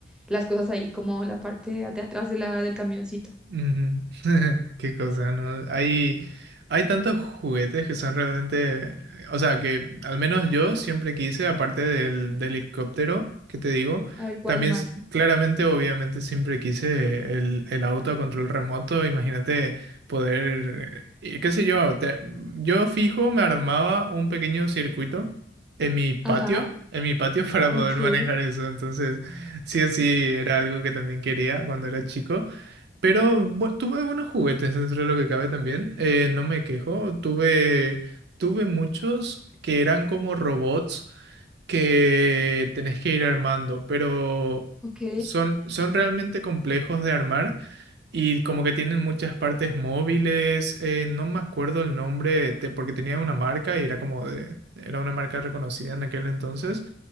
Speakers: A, in the centre; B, on the right.
A: las cosas ahí como la parte de atrás de la, del camioncito.
B: Ujú. <laughs> Qué cosa, ¿no? Hay, hay tantos juguetes que son realmente, o sea, que al menos yo siempre quise, aparte del, del helicóptero, que te digo,
A: A ver, ¿cuál
B: también
A: más?
B: s- claramente, obviamente, siempre quise el, el auto a control remoto. Imagínate poder, eh, qué sé yo, te- yo fijo, me armaba un pequeño circuito en mi patio,
A: Ajá,
B: en mi patio <laughs> para
A: ok,
B: poder manejar eso. Entonces, sí o sí, era algo que también quería cuando era chico. Pero bu- tuve buenos juguetes dentro de lo que cabe también. eh, no me quejo. Tuve, tuve muchos que eran como robots que tenés que ir armando, pero
A: ok,
B: son, son realmente complejos de armar y como que tienen muchas partes móviles, eh, no me acuerdo el nombre, te- porque tenía una marca y era como de, era una marca reconocida en aquel entonces,